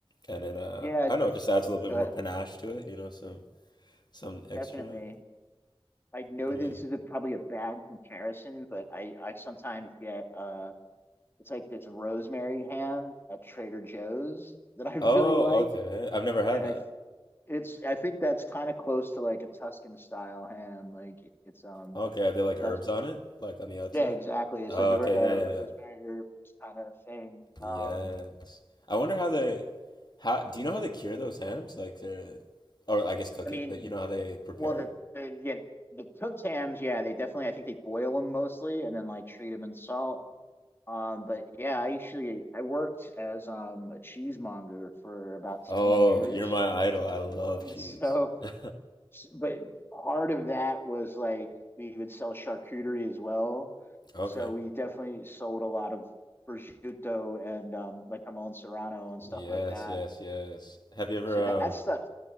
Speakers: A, on the left; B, on the left.
A: And then uh
B: Yeah, it's,
A: I don't know, it just adds a little
B: go
A: bit more
B: ahead.
A: panache to it, you know, some some extra.
B: Definitely. I know
A: Yeah.
B: this is a, probably a bad comparison, but I I sometimes get uh, it's like this rosemary ham at Trader Joe's that I <laughs> really
A: Oh,
B: like.
A: okay. I've never had
B: and I it's I think that's kind of close to like a Tuscan style ham. Like it's um,
A: Okay, are there like
B: but
A: herbs
B: that's
A: on it? Like on the outside?
B: yeah, exactly. It's
A: Oh,
B: like a,
A: okay,
B: a
A: yeah, yeah,
B: rosemary
A: yeah.
B: herb kind of thing.
A: Yes.
B: Um,
A: I wonder how they how do you know how they cure those hams? Like they're or I guess cook
B: I mean,
A: it, but you know how they prepare
B: well, the,
A: it?
B: the yeah, the cooked hams, yeah, they definitely. I think they boil them mostly and then like treat them in salt. Um, but yeah, I actually I worked as um a cheesemonger for about
A: Oh,
B: ten years,
A: you're my idol. I love
B: <laughs> and
A: cheese.
B: so
A: <laughs>
B: but part of that was like we would sell charcuterie as well.
A: Okay.
B: So we definitely sold a lot of prosciutto and um, like jamon serrano and
A: Yes,
B: stuff like that.
A: yes, yes. Have you ever
B: So
A: um
B: that stuff,